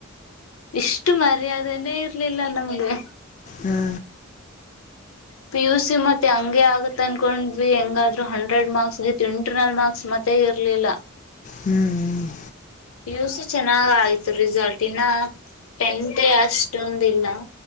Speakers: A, on the left; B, on the left.
A: ಇಷ್ಟು ಮರ್ಯಾದನೇ ಇರ್ಲಿಲ್ಲ ನಮ್ಗೆ
B: ಹ್ಞೂ
A: ಪಿ ಯು ಸಿ ಮತ್ತೆ ಹಂಗೆ ಆಗತ್ ಅನ್ಕೊಂಡ್ವಿ ಹೆಂಗಾದ್ರು ಹಂಡ್ರೆಡ್ ಮಾರ್ಕ್ಸ್ ಗಿತ್ ಇಂಟರ್ನಲ್ ಮಾರ್ಕ್ಸ್ ಮತ್ತ ಇರ್ಲಿಲ್ಲ
B: ಹ್ಞೂ ಹ್ಞೂ
A: ಪಿ ಯು ಸಿ ಚೆನ್ನಾಗ್ ಆಗತು ರಿಸಲ್ಟ್ ಇನ್ನ ಎಂತೆ ಅಷ್ಟೊಂದಿಲ್ಲ